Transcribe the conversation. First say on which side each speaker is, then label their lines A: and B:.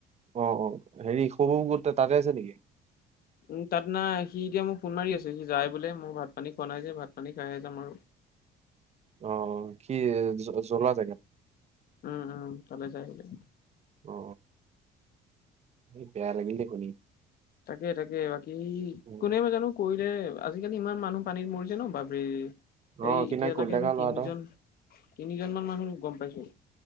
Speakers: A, on the right; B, on the left.
A: অ অ। হেৰি, শহু ঘৰটো তাতে আছে নেকি?
B: উম তাত নাই। সি এতিয়া মোক ফোন মাৰি আছে, সি যায় বোলে। মই ভাত পানী খোৱা নাই যে ভাত পানী খাইহে যাম আৰু।
A: অ অ। কি, জ্বলোৱা জেগাত।
B: উম উম, তালৈ যাই আহিব লাগিব।
A: অ অ। বেয়া লাগিল দেই শুনি।
B: তাকে তাকে। বাকী,
A: উম,
B: কোনেনো জানো কৰিলে আজিকালি ইমান মানুহ পানীত মৰিছে ন? বাপৰে।
A: অ
B: এই
A: সি
B: এতিয়ালৈকে
A: নাই কলিতা
B: আমি
A: গাঁৱৰ ল'ৰা
B: তিনিজন
A: এটা
B: তিনিজন মান মানুহ গম পাইছোঁ।